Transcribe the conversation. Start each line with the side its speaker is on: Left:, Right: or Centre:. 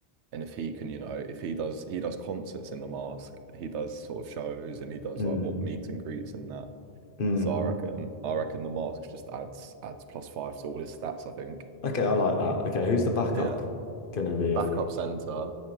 Right: And if he can, you know, if he does he does concerts in the mask, he does sort of shows and he does
Left: Mm,
Right: like what meet and greets and that.
Left: mm.
Right: So I reckon I reckon the mask just adds adds plus five to all his stats, I think.
Left: Okay, I like that. Okay, who's the backup
Right: Yeah.
Left: gonna be,
Right: backup
Left: I think?
Right: center,